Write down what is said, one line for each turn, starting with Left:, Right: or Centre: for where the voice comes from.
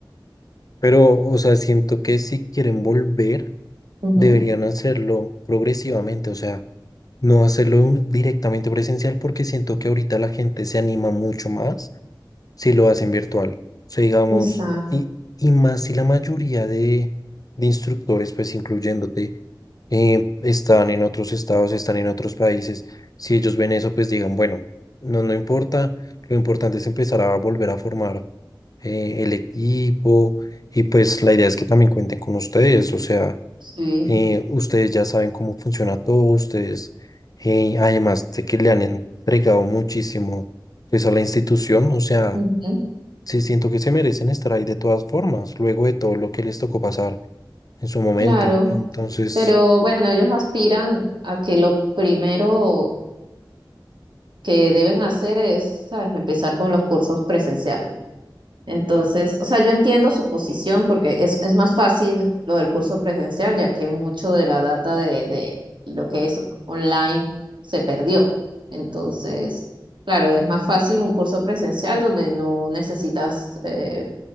Left: pero, o sea, siento que si quieren volver,
Right: Ujú,
Left: deberían hacerlo progresivamente. O sea, no hacerlo directamente presencial porque siento que ahorita la gente se anima mucho más si lo hacen virtual. O sea, digamos,
Right: Exacto,
Left: y, y más si la mayoría de, de instructores, pues incluyéndote, eh, están en otros estados, están en otros países, si ellos ven eso, pues digan, bueno, no, no importa, lo importante es empezar a volver a formar eh, el equipo y pues la idea es que también cuenten con ustedes, o sea,
Right: sí.
Left: eh, ustedes ya saben cómo funciona todo, ustedes, eh, además de que le han entregado muchísimo pues a la institución, o sea
Right: ujú,
Left: Sí, siento que se merecen estar ahí de todas formas, luego de todo lo que les tocó pasar en su momento.
Right: Claro,
Left: Entonces,
Right: pero bueno, ellos aspiran a que lo primero que deben hacer es, ¿sabes?, empezar con los cursos presenciales. Entonces, o sea, yo entiendo su posición porque es, es más fácil lo del curso presencial, ya que mucho de la data de, de lo que es online se perdió. Entonces, claro, es más fácil un curso presencial donde no necesitas, eh,